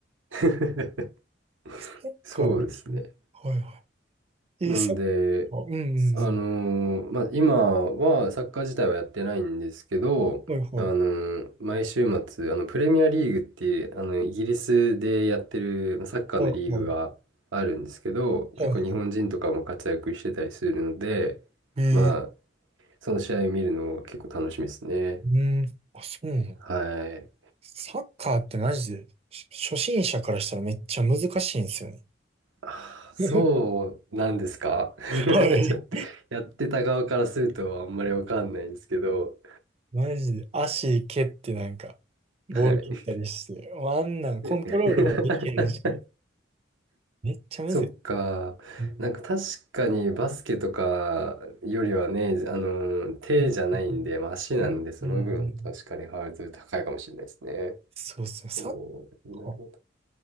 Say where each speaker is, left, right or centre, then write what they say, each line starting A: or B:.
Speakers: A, on the right (about 90°); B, on the right (about 30°).
A: <laughs>
B: サッカーできるはいは
A: そうですね。
B: い。
A: なんで、
B: えー、サッカー、うんうんうん。
A: あのーまあ、今はサッカー自体はやってないんですけど、
B: はいはい。
A: あのー毎週末、あの、プレミアリーグっていう、あの、イギリスでやってるサッカーのリーグがあるんですけど、
B: はいはい。はいは
A: 結構日本人とかも活躍してたりするので、
B: い。えー、
A: まあ、その試合を見るの結構楽しみですね。
B: うん。あ、そうなの。
A: はい。
B: サッカーってマジで、し初心者からしたらめっちゃ難しいんですよね。
A: あそうなんですか
B: <laughs>
A: <laughs>
B: はい。
A: ちょっと、やってた側からするとあんまりわかんないんですけど。
B: マジで足蹴ってなんか、ボール切ったりして、
A: はい。
B: もうあんなんコントロールもできへんし、
A: <laughs>
B: めっちゃむずい。
A: そっか。
B: うん。
A: なんか確かにバスケとかよりはね、あの、手じゃないんで、
B: うん。
A: まあ足なんで、
B: うん。
A: その分確かにハードル高いかもしれないですね。
B: うん。うんそうっすね。サッ
A: おーなるほど。
B: カー。